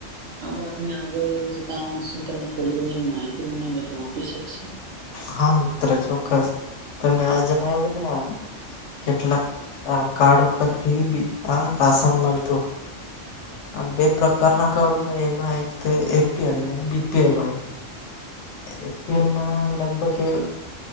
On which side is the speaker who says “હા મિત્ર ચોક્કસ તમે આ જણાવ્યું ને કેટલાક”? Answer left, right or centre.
Left